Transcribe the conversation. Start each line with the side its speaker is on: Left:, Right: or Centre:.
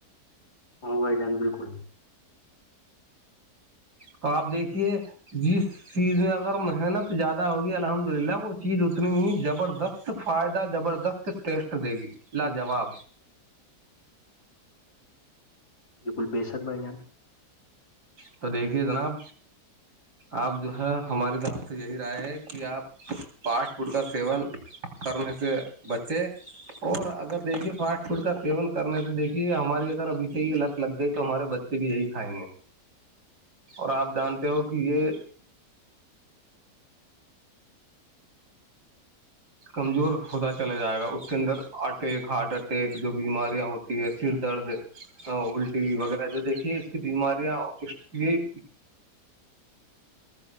Left: ہاں بھائی جان بالکل
Right: تو آپ دیکھیے جس چیز میں اگر محنت زیادہ ہوگی الحمد للہ وہ چیز اتنی ہی زبردست فائدہ زبردست تو ٹیسٹ دے گی لاجواب
Left: بالکل بےسک بھا جان
Right: تو دیکھیے جناب آپ جو ہے ہماری طرف سے یہی رائے ہے کہ آپ فاسٹ فوڈ کا سیون کرنے سے بچے اور اگر دیکھیے فاسٹ فوڈ کا سیون کرنے سے دیکھیے ہماری اگر ابھی سے یہ لت لگ گئی تو ہمارے بچے سے بھی یہی کھائیں گے اور آپ جانتے ہو کہ یہ کمزور ہوتا چلا جائے گا اس کے اندر اٹیک ہارٹ اٹیک جو بیماریاں ہوتی سر درد الٹی وغیرہ جو دیکھیے اس کی بیماریاں یہ